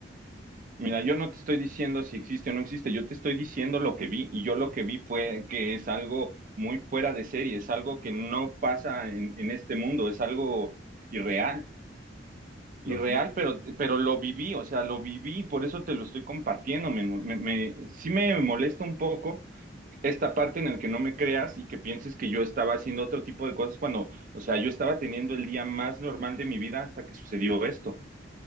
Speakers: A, on the right; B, on the left.
A: Mira, yo no te estoy diciendo si existe o no existe, yo te estoy diciendo lo que vi y yo lo que vi fue que es algo muy fuera de serie, es algo que no pasa en, en este mundo, es algo irreal,
B: Lo
A: irreal,
B: que no
A: pero, pero lo viví, o sea, lo viví, por eso te lo estoy compartiendo, me, me, me- sí me molesta un poco esta parte en la que no me creas y que pienses que yo estaba haciendo otro tipo de cosas cuando, o sea, yo estaba teniendo el día más normal de mi vida hasta que sucedió esto.